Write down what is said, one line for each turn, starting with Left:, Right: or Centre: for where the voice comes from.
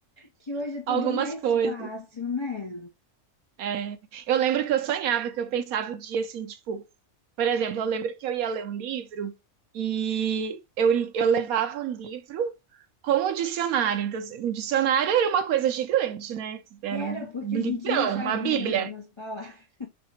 Left: que
Right: <laughs>
Left: hoje é tudo
Right: algumas
Left: mais
Right: coisas.
Left: fácil, né?
Right: É. Eu lembro que eu sonhava, que eu pensava o dia assim, tipo, por exemplo, eu lembro que eu ia ler um livro e eu, eu levava o livro com o dicionário. Então, assim, o dicionário era uma coisa gigante, né? Era
Left: Era
Right: um
Left: porque
Right: livrão,
Left: a gente não sabia
Right: uma bíblia.
Left: algumas palavras. <laughs>